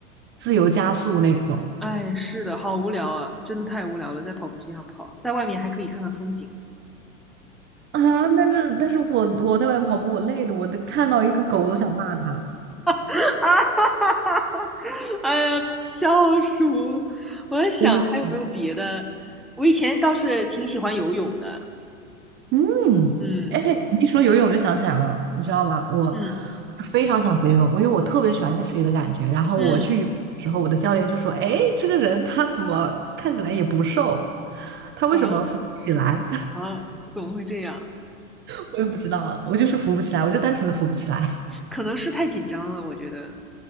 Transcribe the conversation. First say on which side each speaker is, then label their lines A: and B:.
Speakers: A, on the right; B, in the centre.
A: 自由加速那种
B: 哎，是的，好无聊啊，真的太无聊了，在跑步机上跑，在外面还可以看看风景。
A: 啊，但是但是我我在外面跑步，我累的，我都看到一个狗都想骂它。
B: <laughs> 啊哈哈哈哎呀，笑死我我在想还有没有别的。
A: 真的。
B: 我以前倒是挺喜欢游泳的，
A: 嗯，
B: 嗯
A: 哎，你一说游泳我就想起来了，你知道吗？我我
B: 嗯
A: 非常想学游泳，因为我特别喜欢在水里的感觉。然后我去游泳的时候，
B: 嗯，
A: 我的教练就说：“哎，这个人他怎么看起来也不瘦，他为什么浮不起来？”
B: 啊啊，怎么会这样？
A: <laughs> 我也不知道，我就是浮不起来，我就单纯的浮不起来。
B: 可能是太紧张了，我觉得，